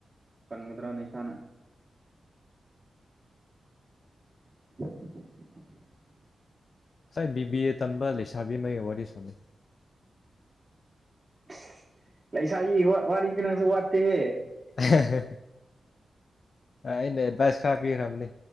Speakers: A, on the right (about 35°); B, on the left (about 60°).
A: ꯀꯟꯒꯗ꯭ꯔꯥꯅꯦ ꯏꯁꯥꯅ <inaudible>
B: ꯉꯁꯥꯏ ꯕꯤꯕꯤ ꯑꯦ ꯇꯝꯕ ꯂꯩꯁꯥꯕꯤꯃ ꯑꯩꯒ ꯋꯥꯔꯤ ꯁꯥꯟꯅꯩ
A: ꯑꯁ ꯂꯩꯁꯥꯕꯤꯒꯤ ꯋꯥꯔꯤꯗꯤ ꯅꯪꯁꯨ ꯋꯦꯠꯇꯦ ꯍꯦ
B: ꯍꯦ ꯍꯦ ꯑꯩꯅ ꯑꯦꯗꯚꯥꯏꯁ ꯈꯥꯔ ꯄꯤꯈ꯭ꯔꯕꯅꯤ